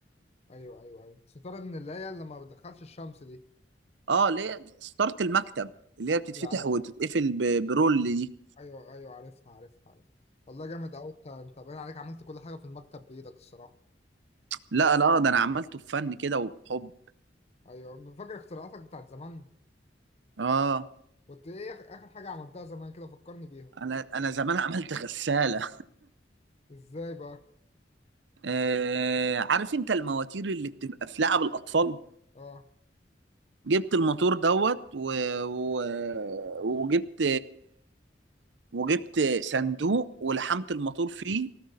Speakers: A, on the left; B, on the right.
A: ايوه ايوه ايوه ستاره من اللي هي اللي ما بتدخلش الشمس دي
B: اه ليه ستاره المكتب اللي هي بتتفتح
A: ايوه عارف
B: وتتقفل ب- برول دي
A: ايوه ايوه عارفها عارفها عارفها والله جامد قوي انت انت باين عليك عملت كل حاجه في المكتب بايدك الصراحه
B: لا لا آه، ده انا عملته بفن كده وبحب
A: ايوه فاكر اختراعاتك بتاعت زمان
B: اه
A: كنت ايه آخ- اخر حاجه عملتها زمان كده فكرني بيها
B: انا انا زمان عملت غسالة
A: ازاي بقى
B: آه عارف انت المواتير اللي بتبقى في لعب الاطفال
A: اه
B: جبت الموتور دوت و... و... وجبت وجبت صندوق ولحمت الموتور فيه